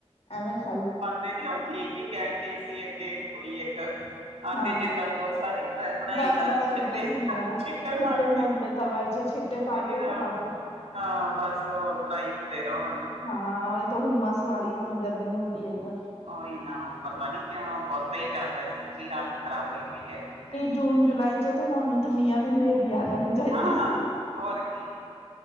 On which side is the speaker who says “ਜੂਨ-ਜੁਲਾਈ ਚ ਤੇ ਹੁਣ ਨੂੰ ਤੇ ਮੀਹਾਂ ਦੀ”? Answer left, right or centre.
Left